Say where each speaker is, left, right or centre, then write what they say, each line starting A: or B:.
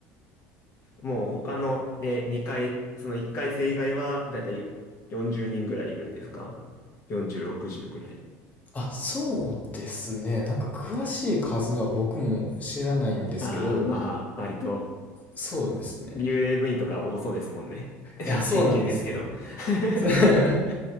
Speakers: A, on the left; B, on the left.
A: もう他の、ね、2回、その1回生以外は、だいたいよ40人ぐらいいるんですか ?40、60ぐらい。
B: あ、そうですね。なんか詳しい数は僕も知らないんですけど、
A: ああ、まあ、割と、
B: そうですね。
A: 幽霊部員とか多そうですもんね。<laughs> ちょっと偏見ですけど。
B: いや、そうなんですよ。
A: <laughs>
B: <laughs>